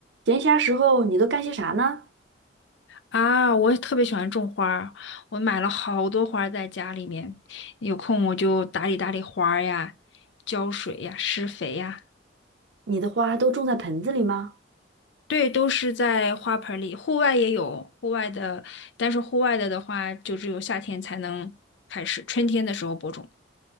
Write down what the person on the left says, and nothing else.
啊，我也特别喜欢种花儿，我买了好多花儿在家里面，有空我就打理打理花儿呀，浇水呀，施肥呀，
对，都是在花盆里。户外也有户外的，但是户外的的话，就只有夏天才能开始，春天的时候播种。